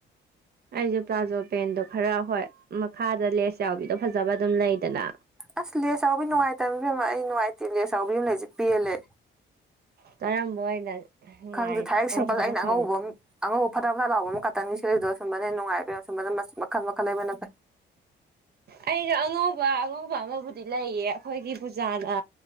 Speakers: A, on the right; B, in the centre.
A: ꯑꯩꯁꯦ ꯄ꯭ꯂꯥꯖꯣ ꯄꯦꯟꯗꯣ ꯈꯔ ꯍꯣꯏ ꯃꯈꯥꯗ ꯂꯦꯁ ꯌꯥꯎꯕꯤꯗꯣ ꯐꯖꯕ ꯑꯗꯨꯝ ꯂꯩꯗꯅ
B: ꯑꯁ ꯂꯦꯁ ꯌꯥꯥꯎꯕꯤ ꯅꯨꯡꯉꯥꯏꯇꯕꯅꯤ ꯏꯕꯦꯝꯃ ꯑꯩ ꯅꯨꯡꯉꯥꯏꯇꯦ ꯂꯦꯁ ꯌꯥꯥꯎꯕꯤ ꯑꯃ ꯂꯩꯁꯦ ꯄꯦꯜꯂꯦ
A: ꯀꯔꯝꯕ ꯑꯣꯏꯅ ꯅꯨꯡꯉꯥꯏꯔꯤꯕ
B: ꯈꯪꯗꯦ ꯊꯥꯏꯔꯦꯛ
A: ꯀꯔꯝꯕꯅ
B: ꯁꯤꯝꯄꯜ ꯑꯩꯅ
A: ꯐꯔꯤꯕ
B: ꯑꯉꯧꯕ ꯑꯝ ꯑꯉꯧꯕ ꯐꯗ ꯐꯗ ꯂꯥꯎꯕ ꯑꯃ ꯀꯥꯇꯟꯒꯤ ꯁꯦꯂꯤꯗꯣ ꯑꯁꯨꯝꯕꯅ ꯍꯦꯟꯅ ꯅꯨꯡꯉꯥꯏ ꯏꯕꯦꯝꯃ ꯑꯁꯨꯝꯕꯗ ꯃꯈꯜ ꯃꯈꯜ ꯂꯩꯕꯅ ꯐꯩ
A: ꯑꯩꯩꯅ ꯑꯉꯧꯕ ꯑꯉꯧꯕ ꯑꯃꯕꯨꯗꯤ ꯂꯩꯌꯦ ꯑꯩꯈꯣꯏꯒꯤ ꯄꯨꯖꯥꯅ